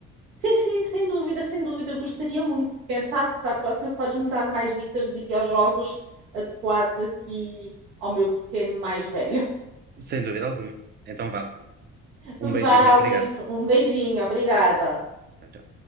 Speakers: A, on the right; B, on the right.
A: Sim, sim, sem dúvida, sem dúvida, gostaria muito. Quem sabe para a próxima podes-me dar mais dicas de videojogos adequados aqui ao meu pequeno mais velho.
B: Sem dúvida alguma. Então vá.
A: <laughs>
B: Um beijinho,
A: Vá,
B: obrigado.
A: Luís, um beijinho, obrigada.
B: Tchau, tchau.